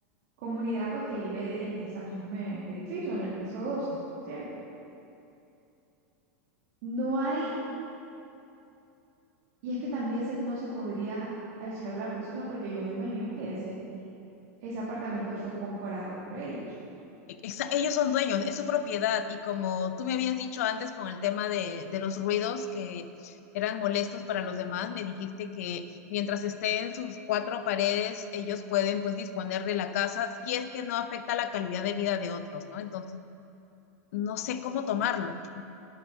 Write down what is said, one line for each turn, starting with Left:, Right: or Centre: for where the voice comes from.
Right: comunidad pues que vive de- en ese mismo edificio, en el piso doce ¿cierto? No hay, y es que también se- no se podría echar a la persona porque yo me imagino que ese Ese apartamento fue comprado por ellos.
Left: Exa- ellos son dueños, es su propiedad. Y como tú me habías dicho antes con el tema de, de los ruidos que eran molestos para los demás, me dijiste que mientras esté en sus cuatro paredes, ellos pueden pues disponer de la casa si es que no afecta la calidad de vida de otros, ¿no? Entonces, no sé cómo tomarlo.